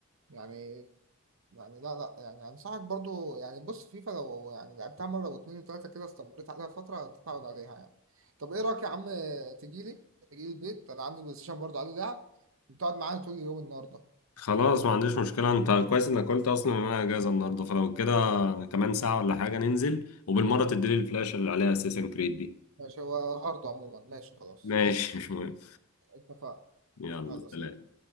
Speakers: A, on the right; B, on the left.
A: يعني يعني لا لا يعني انصحك برضو يعني بص فيفا لو يعني لعبتها مره واتنين وتلاته كده استمريت عليها فتره تتعود عليها يعني طب ايه رايك يا عم تجيلي تجيلي البيت انا عندي بلاي ستيشن برضو عليه لعب تقعد معايا طول اليوم النهارده
B: خلاص ما عنديش مشكلة انت كويس انك قلت اصلا ان انا اجازة النهاردة فلو كده كمان ساعة ولا حاجة ننزل وبالمرة تديلي الفلاشة اللي عليها اساسن كريد دي
A: ماشي هو هارد عموما ماشي خلاص
B: ماشي مش مهم
A: اتفقنا
B: يلا
A: يلا
B: سلام
A: سلام.